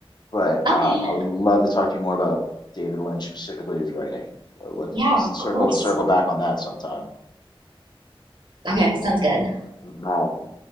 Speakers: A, on the left; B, on the right.
A: but
B: Okay.
A: um, I would love to talk to you more about David Lynch, specifically his writing. So let's
B: Yeah,
A: circle
B: of course.
A: circle back on that sometime.
B: Okay, sounds good.
A: Bye.